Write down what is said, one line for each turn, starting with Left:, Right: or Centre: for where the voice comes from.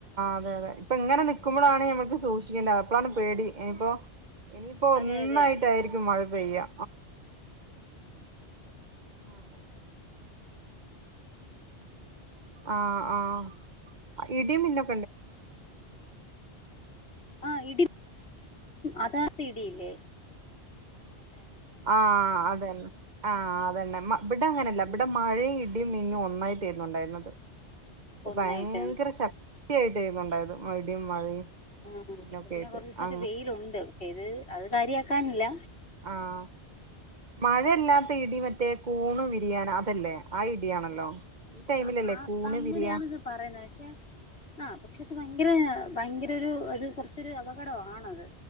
Right: അതെ അതെ ഇപ്പ ഇങ്ങനെ നിക്കുമ്പോഴാണ് നമുക്ക് സൂക്ഷിക്കണ്ടേ അപ്പഴാണ് പേടി ഇനീപ്പോ ഇന്നിയിപ്പോ
Left: അതെ
Right: ഒന്നായിട്ടായിരിക്കും
Left: അതെ
Right: മഴ പെയ്യാ അതെ ആഹ് ആഹ് ഇടി മിന്നും
Left: ആഹ് ഇടി അതാ പേടിയില്ലേ
Right: ആഹ് അതെ ആഹ് അതെന്നെ ഇവിടെ അങ്ങനല്ല
Left: ഉം
Right: ഇവിടെ മഴെ ഇ ഡിയും മിന്നും ഒന്നായിപെയ്യുന്നുണ്ട യിരുന്നത്
Left: ഒന്നായിട്ട്
Right: ഭയങ്കര ശക്തി ആയിട്ടാരുന്നു ഒണ്ടായിരുന്നത് ഇടിയും മഴയും
Left: ആഹ്
Right: മിന്നൊക്കെ
Left: പ്പോ
Right: ആയിട്ട്
Left: കൊറച്ചീസായിട്ട്
Right: ആ
Left: വെയ്ലുണ്ട് കാര്യാ ക്കാൻല
Right: ആഹ് മഴല്ലാത്തെ ഇടി മറ്റേ കൂണ് വിരിയാന് അതല്ലേ ആ ഇടിയാണല്ലോ ഈ ടൈമിലല്ലേ
Left: ആ ആ
Right: കൂണ്
Left: അങ്ങനെയാണിത്
Right: വിരിയ
Left: പറയ്ണെ പഷേ ആഹ് പഷേ അത് ഭയങ്കര ഭയങ്കരഒര് അത് കൊറച്ചൊരു അപകടവാണത്